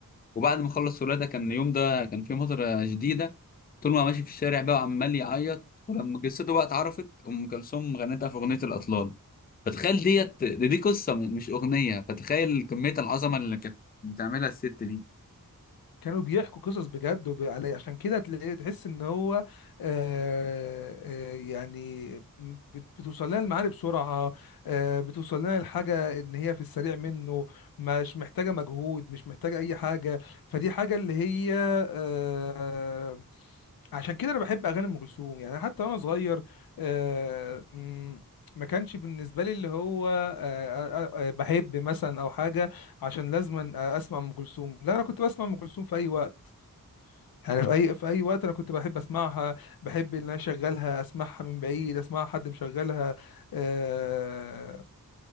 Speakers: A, on the left; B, on the left.
A: وبعد ما خلص ولاده كان اليوم ده كان فيه مطره شديده طول ما هو ماشي في الشارع بقى وعمال يعيط ولما جثته بقى اتعرفت ام كلثوم غنتها في اغنيه الاطلال فتخيل ديت دي, دي قصه مش اغنيه فتخيل كميه العظمه اللي كانت بتعملها الست دي
B: كانوا بيحكوا قصص بجد وب... علي عشان كده تلاقي تحس ان هو آه آه يعني بت- بتوصل لنا المعاني بسرعة آه بتوصل لنا الحاجة ان هي في السريع منه مش محتاجة مجهود مش محتاجة اي حاجة فدي حاجة اللي هي آه عشان كده انا بحب اغاني ام كلثوم يعني حتى وانا صغير آه م- ما كانش بالنسبة لي اللي هو آه، آه، آه، آه، بحب مثلا أو حاجة عشان لازما آه، اسمع ام كلثوم لا انا كنت بسمع ام كلثوم في اي وقت يعني في اي في اي وقت انا كنت بحب اسمعها بحب ان انا اشغلها اسمعها من بعيد اسمعها حد مشغلها آه